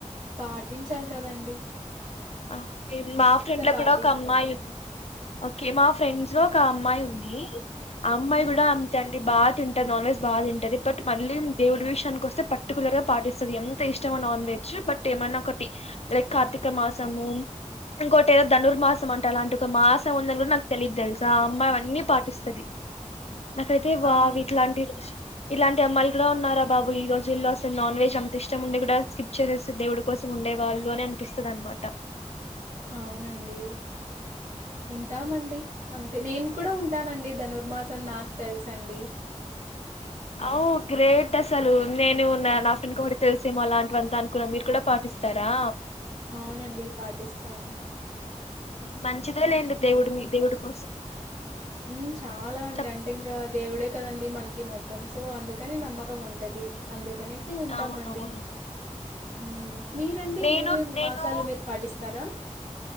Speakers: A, on the right; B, on the left.
A: పాటించాలి కదండి
B: ఆ ఓకే మా ఫ్రెండ్ లో
A: పాటిస్తాను.
B: కూడా ఒక అమ్మాయి ఓకే మా ఫ్రెండ్స్ లో ఒక అమ్మాయి ఉంది ఆ అమ్మాయి
A: హ్మ్.
B: కూడా అంతే బాగా తింటాది నాన్ వెజ్ బాగా తింటది బట్ మళ్ళీ దేవుడి విషయానికి వస్తే పర్టికులర్ గా పాటిస్తది ఎంత ఇష్టం నాన్ వెజ్ బట్ ఏమన్నా ఒకటి లైక్ కార్తీక మాసము ఇంకోటి ఏదో ధనుర్మాసం అంటా అలాంటి ఒక మాసం ఉందని కూడా నాకు తెలీదు తెలుసా ఆ అమ్మాయి అన్నీ పాటిస్తది నాకైతే వావ్
A: అవును.
B: ఇట్లాంటి రోజు ఇలాంటి అమ్మాయిలు కూడా ఉన్నారా బాబు ఈ రోజుల్లో అసలు నాన్ వెజ్ అంత ఇష్టం ఉండి కూడా స్కిప్ చేసేసి దేవుడి కోసం ఉండే వాళ్ళు అని అనిపిస్తది అనమాట
A: అవునండి ఉంటామండి అం తే నేను కూడా ఉంటానండి ధనుర్మాసం నాకు తెలుస అండి
B: ఓ గ్రేట్ అసలు నేను నా ఫ్రెండ్ కి ఒకటే తెలిసేమో అలాంటి వంతా అనుకున్నా మీరు కూడా పాటిస్త స్తారా
A: అవునండి పాటిస్తాను
B: మంచిదే లేండి దేవుడు మీ దేవుడి కోసం
A: ఉమ్ చాలా అండి
B: చెప్
A: అంటే ఇంకా దేవుడే కదండి మనకి మొత్తం తిమ్సు అందుకని నమ్మకం ఉంటది. అందుకనేసి ఉంటాము
B: అవునవును
A: అండి. మ్ మీరండి
B: నేను
A: మీరేం
B: నేను
A: మాసాలు మీరు పాటిస్తారా?